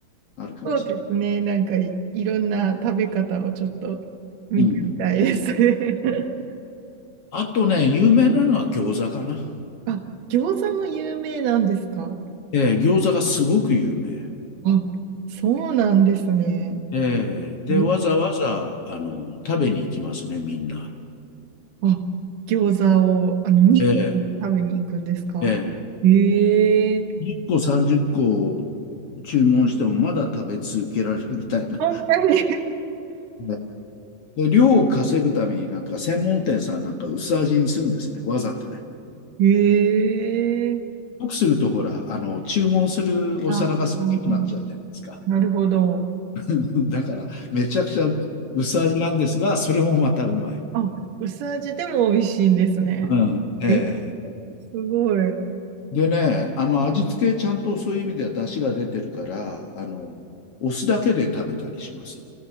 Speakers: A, on the left; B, on the right.
A: あるかもしれない。
B: そうですね。なんかい、いろんな食べ方をちょっと見てみたいですね。
A: うん。
B: <laughs>
A: あとね、有名なのは餃子かな。
B: あ、餃子も有名なんですか
A: えー餃子がすごく有名。
B: あ、そうなんですね。
A: えーで、
B: え
A: わざわざ、あの、食べに行きますね、みんな。
B: あ、餃子を、あの、に軒食べに行くんですか
A: えーえー
B: ええ
A: 1個30個注文してもまだ食べ続けられるみたいな。
B: そんなに
A: ねで量を稼ぐためになんか専門店さんなんか薄味にするんですね、わざとね。
B: <laughs> ええ
A: よくするとほら、あの、注文するお皿が少なくなっちゃうじゃないですか。
B: ああ、なるほど。
A: <laughs> だから、めちゃくちゃ薄味なんですが、それもまたうまい。
B: あ、薄味でも美味しいんですね。
A: うん。
B: えー、
A: ええ
B: すごい。
A: でね、あの味付けちゃんとそういう意味では出汁が出てるから、あの、お酢だけで食べたりします。